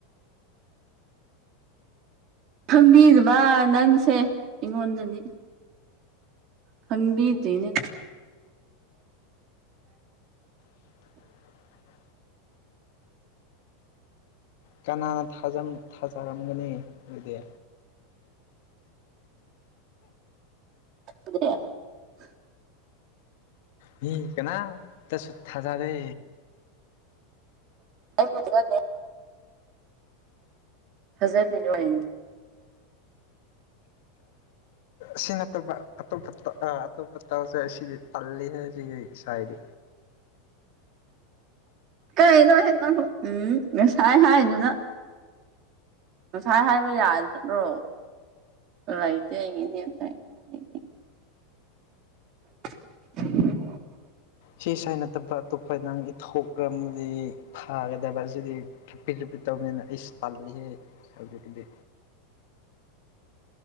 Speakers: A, on the right (about 40°); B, on the left (about 65°).
A: ꯈꯝꯕꯤꯗꯨꯕ ꯅꯪꯁꯦ ꯑꯩꯉꯣꯟꯗꯅꯤ ꯈꯪꯕꯤꯗꯅ
B: <unintelligible> ꯀꯅꯥꯅ ꯊꯥꯖꯔꯝꯒꯅꯤ ꯑꯗꯨꯗꯤ
A: <unintelligible>
B: ꯃꯤ ꯀꯅꯥ ꯇꯁꯨ ꯊꯖꯗꯦ
A: ꯑꯩ ꯄꯨꯠꯇꯅꯦ ꯊꯖꯠꯃꯤꯅꯣ ꯑ
B: ꯁꯤ ꯅꯇꯣꯞꯄ ꯑꯇꯣꯞꯄ ꯑ ꯑꯇꯣꯞꯄ ꯇꯁꯦ ꯁꯤꯗꯤ ꯇꯜꯂꯤꯍꯦ ꯁꯤꯒꯤ ꯏꯁꯥꯏꯗꯤ
A: ꯀꯩꯅꯣ ꯎꯝ ꯉꯁꯥꯏ ꯍꯥꯏꯗꯨꯅ ꯉꯁꯥꯏ ꯍꯥꯏꯕ ꯌꯥꯗ꯭ꯔꯣ ꯥꯏꯗ ꯍꯥꯏꯒꯗꯤ ꯑ <unintelligible>
B: ꯁꯤ ꯁꯥꯏ ꯅꯠꯇꯕ ꯑꯇꯣꯞꯄ ꯅꯪꯥꯡ ꯏꯊꯣꯛꯒ ꯑꯃꯗꯤ ꯊꯥꯒꯗꯕ ꯑꯁꯤꯗꯤ ꯔꯔꯤꯄꯤꯠꯨꯄꯤꯠ ꯇꯧ ꯅ ꯇꯥꯜꯂꯤ ꯍꯦ ꯁ ꯀꯗꯤ